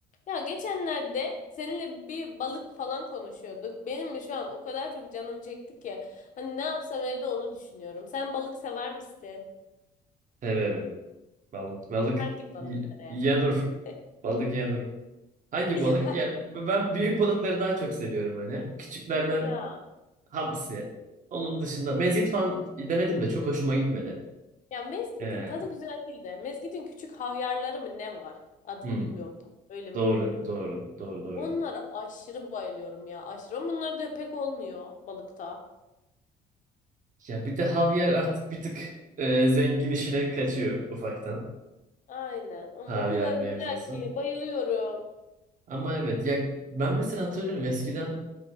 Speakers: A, on the left (about 50°); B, on the right (about 50°).
A: Ya geçenlerde seninle bir balık falan konuşuyorduk. Benim de şu an o kadar çok canım çekti ki. Hani ne yapsam evde onu düşünüyorum. Sen balık sever misin?
B: Severim balık. Balık
A: Hangi balıkları?
B: y- yanur.
A: <laughs>
B: Balık yanur. Hangi
A: Ya
B: balık? Ya ben büyük balıkları daha çok seviyorum hani. Küçüklerden
A: ya
B: hamsi. Onun dışında mezgit falan denedim de çok hoşuma gitmedi.
A: ya mezgitin
B: Ee,
A: tadı güzel değil de mezgitin küçük havyarları mı ne var? Adını
B: hmm,
A: bilmiyorum tam. Öyle mi
B: doğru,
A: okunuyordu?
B: doğru, doğru, doğru.
A: Onlara aşırı bayılıyorum ya aşırı. Ama bunlar da pek olmuyor balıkta.
B: Ya bir de havyar artık bir tık e, zengin işine kaçıyor ufaktan.
A: Aynen ama
B: Havyar
A: o kadar güzel
B: mevzusu.
A: ki bayılıyorum.
B: Ama evet ya ben mesela hatırlıyorum eskiden